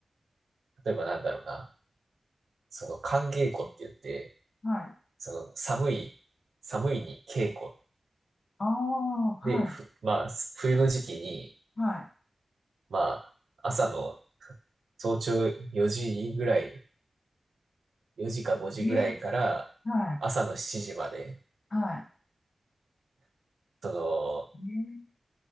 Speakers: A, on the right; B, on the left.
A: 例えばなんだろうな。その、寒稽古って言って、
B: はい。
A: その寒い、寒いに稽古
B: ああ、はい。
A: で、ふ、まあ、す冬の時期に、
B: は
A: まあ、朝の早朝4時ぐらい、4時か5時ぐらいから朝の7時まで、
B: い。えー、はい。はい。
A: その、
B: え